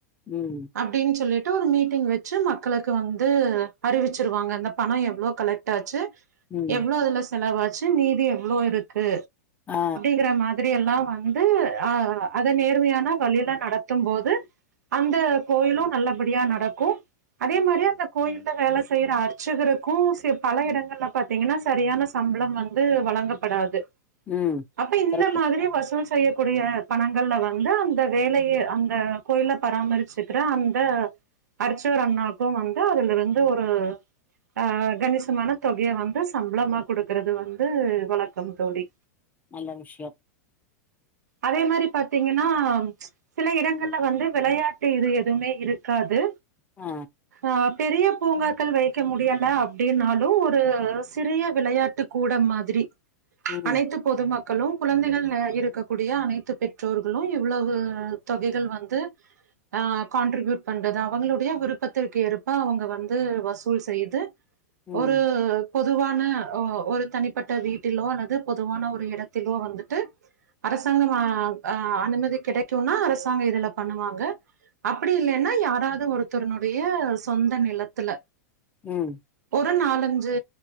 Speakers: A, on the left; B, on the right.
A: ம்
B: அப்படின்னு சொல்லிட்டு ஒரு மீட்டிங் வச்சு மக்களுக்கு வந்து அறிவிச்சிருவாங்க இந்த பணம் எவ்ளோ கலெக்ட் ஆச்சு
A: ம்
B: எவ்ளோ அதுல செலவாச்சு மீதி எவ்ளோ இருக்கு
A: ஆ
B: ங்கிற மாதிரி எல்லா வந்து ஆ அதை நேர்மையான வழியில நடத்தும் போது அந்த கோயிலு நல்லபடியா நடக்கும் அதே மாரியே அந்த கோயில்ல வேல செய்யற அர்ச்சுகர்க்கும் பல இடங்கள்ல பாத்தீங்கன்னா சரியான சம்பளம் வந்து வழங்கப்படாது
A: ம்
B: அப்ப இந்த
A: கரெக்ட்
B: மாதிரி வசூல் செய்யக்கூடிய பணங்கள்ல வந்து அந்த வேலயை அந்த கோயில பராமரிச்சுக்கிற அந்த அரிச்சகர் அண்ணாவுக்கு வந்து அதுல இருந்து ஒரு ஆ கணிசமான தொகைய வந்து சம்பளமா கொடுக்கறது வந்து வழக்கம் தோழி
A: நல்ல விஷயம்
B: அதே மாரி பாத்தீங்கன்னா சில இடங்கள்ல வந்து விளையாட்டு இது எதுமே இருக்காது
A: ஆ
B: ஆ பெரிய பூங்காக்கள் வைக்க முடியல அப்படின்னாலு ஒரு சிறிய விளையாட்டு கூட மாதிரி
A: ம்
B: அனைத்து பொதுமக்களு குழந்தைகள் இருக்க கூடிய அனைத்து பெற்றோர்களு இவ்வளவு தொகைகள் வந்து ஆ கான்ட்ரிபியூட் பண்றது அவங்களுடைய விருப்பத்திற்கு ஏற்ப அவங்க வந்து வசூல் செய்து
A: ம்
B: ஒரு பொதுவான ஒ ஒரு தனிப்பட்ட வீட்டிலோ அல்லது பொதுவான ஒரு இடத்திலோ வந்துட்டு அரசாங்கம் அ அ அனுமதி கிடைக்குனா அரசாங்க இதுல பண்ணுவாங்க அப்டி இல்லைன்னா யாராவது ஒருத்தருனுடைய சொந்த நிலத்துல
A: ம்
B: ஒரு நாலஞ்சு